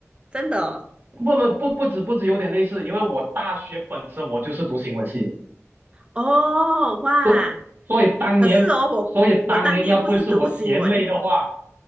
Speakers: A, on the right; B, on the right.
A: 真的哦。
B: 不不不不止不止有点类似，因为我大学本身我就是读新闻系的，
A: 哦哇，
B: 所所以当年所以当年要不是我嫌累的话，
A: 可是哦，我我当年不是读新闻，